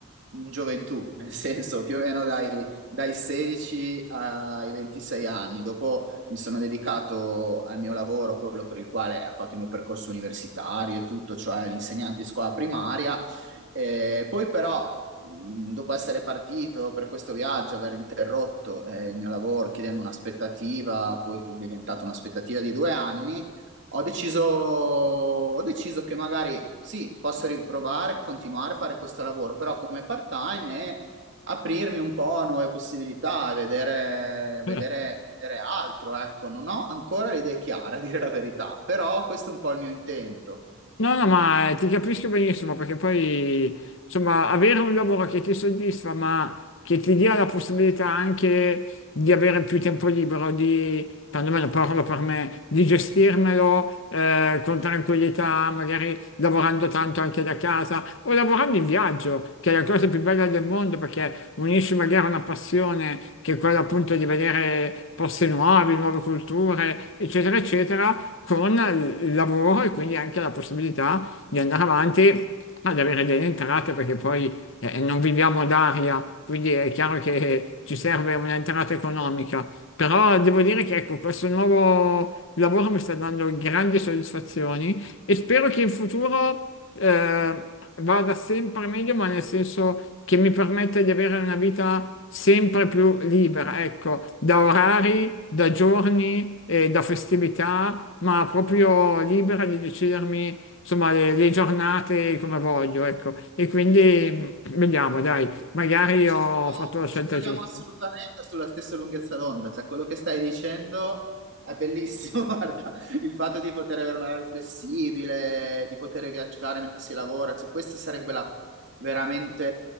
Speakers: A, on the right (about 55°); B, on the left (about 60°).
A: in gioventù, nel senso più o meno dai, dai 16 ai 26 anni. Dopo mi sono dedicato al mio lavoro, quello per il quale ho fatto il mio percorso universitario e tutto, cioè l'insegnante di scuola primaria. Eh, poi però, mh, dopo essere partito per questo viaggio, aver interrotto eh, il mio lavoro chiedendo un'aspettativa, poi che è diventata un'aspettativa di due anni, ho deciso, ho deciso che magari sì, posso riprovare, continuare a fare questo lavoro, però come part-time e aprirmi un po' a nuove possibilità, vedere, vedere,
B: Certo.
A: vedere altro. Ecco, non ho ancora le idee chiare, a dire la verità, però questo è un po' il mio intento.
B: No, no, ma eh, ti capisco benissimo perché poi, insomma, avere un lavoro che ti soddisfa, ma che ti dia la possibilità anche di avere più tempo libero, di, perlomeno parlo per me, di gestirmelo eh, con tranquillità, magari lavorando tanto anche da casa o lavorando in viaggio, che è la cosa più bella del mondo perché unisci magari una passione che è quella appunto di vedere posti nuovi, nuove culture, eccetera, eccetera, con il lavoro e quindi anche la possibilità di andare avanti ad avere delle entrate perché poi e e non viviamo d'aria, quindi è chiaro che ci serve un'entrata economica. Però devo dire che ecco, questo nuovo lavoro mi sta dando grandi soddisfazioni e spero che in futuro eh, vada sempre meglio, ma nel senso che mi permetta di avere una vita sempre più libera, ecco, da orari, da giorni e da festività, ma proprio libera di decidermi, insomma, le, le giornate come voglio, ecco. E quindi Vediamo, dai, magari
A: Ci
B: ho
A: troviamo,
B: fatto la scelta
A: ci troviamo
B: giusta.
A: assolutamente sulla stessa lunghezza d'onda, cioè quello che stai dicendo è bellissimo, <laughs> guarda, il fatto di poter avere un orario flessibile, di poter viaggiare mentre si lavora, cioè questo sarebbe la- veramente,